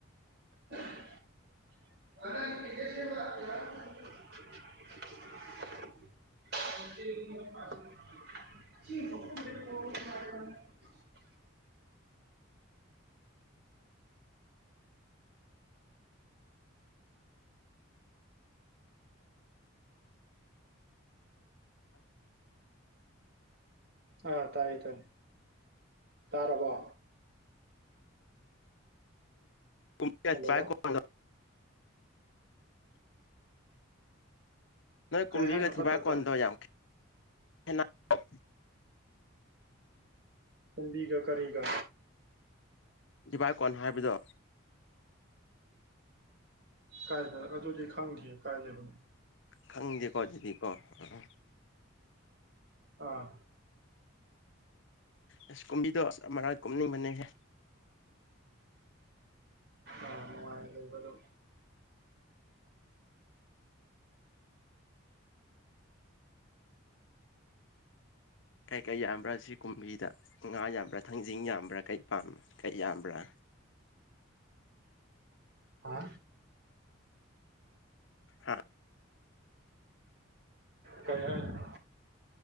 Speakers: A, on the right (about 50°); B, on the left (about 65°).
A: ꯑꯁ ꯑꯥ ꯇꯥꯏꯌꯦ ꯇꯥꯏꯌꯦ ꯇꯥꯔ ꯋꯥ
B: ꯀꯨꯝꯌꯥ
A: ꯍꯜꯂꯣ
B: ꯆ꯭ꯔꯥꯏ ꯀꯅ ꯅꯣꯏ
A: ꯀꯩ
B: ꯀꯨꯝꯕꯤꯒ
A: ꯍꯥꯏꯅꯣ
B: ꯊꯤꯚꯥꯛ
A: ꯄꯠ ꯄꯠ
B: ꯀꯣꯟꯗꯣ
A: ꯇꯠꯂꯦ
B: ꯌꯥꯝ ꯍ
A: ꯇꯟꯕꯤꯒ ꯀꯔꯤꯒ
B: ꯗꯤꯚꯏ ꯀꯣꯟ ꯍꯥꯏꯕꯗꯣ
A: ꯀꯥꯏꯗ ꯑꯗꯨꯗꯤ ꯈꯪꯗꯦ ꯀꯥꯏ ꯂꯩꯕꯅꯣ
B: ꯈꯪꯗꯦꯀꯣ ꯑꯗꯨꯗꯤꯀꯣ ꯑ
A: ꯑꯥ
B: ꯑꯁ ꯀꯨꯝꯕꯤꯗ‌ꯣ ꯑꯁ ꯑꯃꯔꯛ ꯀꯨꯝꯅꯤꯡꯕꯅꯤꯍ‌ꯦ
A: ꯑ ꯅꯨꯡꯉꯥꯏ ꯂꯩꯕꯣ
B: ꯀꯩꯀꯩ ꯌꯥꯝꯕ꯭ꯔꯥ ꯁꯤ ꯀꯨꯝꯕꯤꯗ ꯉꯥ ꯌꯥꯝꯕ꯭ꯔꯥ ꯊꯥꯡꯖꯤꯡ ꯌꯥꯝꯕ꯭ꯔꯥ ꯀꯩ ꯄꯥꯝꯕꯥ ꯀꯩ ꯌꯥꯝꯕ꯭ꯔꯥ
A: ꯍꯥ
B: ꯍꯥ
A: ꯀꯩ ꯍꯥꯏꯅ‌ꯣ